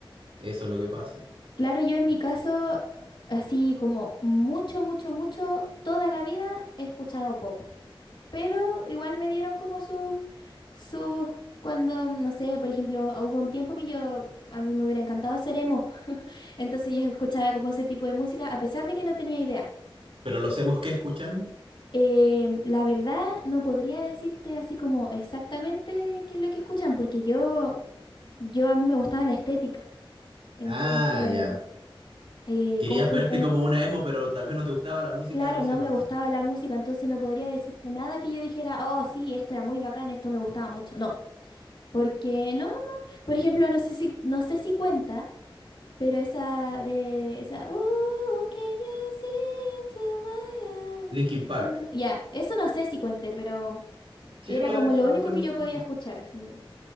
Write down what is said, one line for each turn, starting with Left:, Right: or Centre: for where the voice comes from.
Right: Eso es lo que pasa.
Left: Claro, yo en mi
Right: Y-
Left: caso, así como mucho, mucho, mucho, toda la vida he escuchado pop, pero igual me dieron como sus, sus, cuando, no sé, por ejemplo, hubo un tiempo que yo, a mí me hubiera encantado ser emo, <laughs> entonces yo escuchaba como ese tipo de música, a pesar de que no tenía idea.
Right: pero los emos que escuchan,
Left: Em, la verdad, no podría decirte así como exactamente qué es lo que escuchan, porque yo, yo a mí me gustaba la estética, entonces,
Right: ah, ya.
Left: eh,
Right: Querías
Left: como que
Right: verte
Left: intento
Right: como una emo, pero tal vez no te gustaba la música
Left: Claro,
Right: de los
Left: no
Right: emos.
Left: me gustaba la música, entonces no podría decirte nada que yo dijera, oh, sí, esto era muy bacán, esto me gustaba mucho. No, porque no, no. Por ejemplo, no sé si, no sé si cuenta, pero esa de, esa, "Ooh, can you see into my eyes?"
Right: Linkin Park.
Left: Ya, eso no sé si cuente, pero
Right: Sí,
Left: era
Right: lo
Left: como
Right: es,
Left: lo
Right: los
Left: único
Right: emos
Left: que yo
Right: escuchan.
Left: podía escuchar, así.